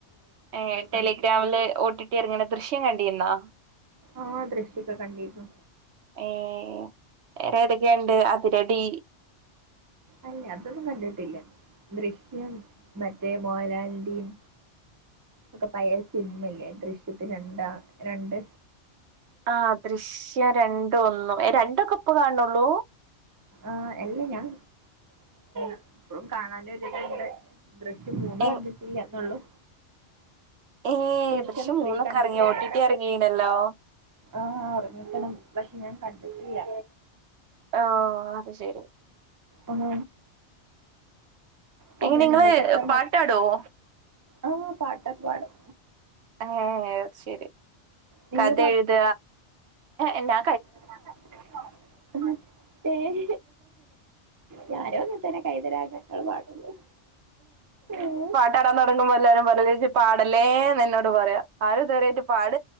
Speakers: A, on the right; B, on the right.
A: ഏഹ ടെലിഗ്രാമില്
B: കാണും
A: ഓട്ടിട്ട് ഇറങ്ങണ ദൃശ്യം കണ്ടിന്നാ
B: ആഹ ദൃശ്യക്ക് കണ്ടിരുന്നു
A: ഏഹ വറെ ഏതൊക്കെയുണ്ട് അതിരടി
B: അല്ലെ അതൊന്നും കണ്ടിട്ടില്ല ദൃശ്യം മറ്റേ മോഹലാലിന്റെയും ഒക്കെ പയ സിനിമ ഇല്ലേ ദൃശ്യത്തിന് രണ്ടാ രണ്ട്
A: ആഹ ദൃശ്യം രണ്ട ഒന്നും രണ്ടോ കെ ഇപ്പം കാണണള്ളൂ
B: ആഹ അല്ല ഞാൻ എപ്പോഴും കാണൻ ഒരുരിതണ്ട് ദൃശ്യം മൂന്ന്
A: എ
B: കണ്ടിട്ടില്ല എന്നള്ളു
A: ഏഹ്
B: ദൃശ്യം ത്രീ
A: മൂന്നൊക്കെ
B: കണ്ടിട്ടില്ല
A: ഇറങ്ങി ഒ ടി ടി ഇറങ്ങീണല്ലോ
B: ആഹ ഇറങ്ങിക്കണ് പക്ഷെ ഞാൻ കണ്ടിട്ടില്ല
A: ഓഹ അത് ശെരി
B: ഉം പിന്നെ
A: എങ്ങനെ നിങ്ങള്
B: നിങ്ങൾക്ക് എത്രമക
A: പാട്ടാടുവോ
B: ആഹ പാട്ടകേ പാടും
A: ഏഹ ശരി
B: നിങ്ങള്
A: കഥ എഴുത എന്നാ
B: <inaudible> ഏഹ ഞാനോ ഒന്ന തന്നെ കൈതരാക ഞങ്ങൾ പാടുള്ള ഉം
A: കടന്ന് ഉറങ്ങുമ്പോ എല്ലാവരുംപറയൂ ചേച്ചി പാടലേന്ന് പറയാ ആര തരായിട്ട് പാട